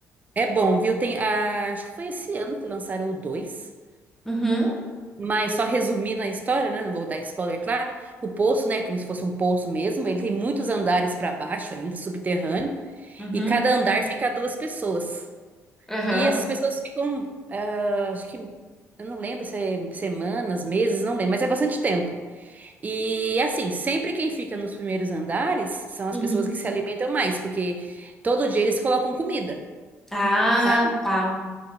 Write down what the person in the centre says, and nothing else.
Uhum,
uhum,
uhum,
uhum.
Ah,
tá.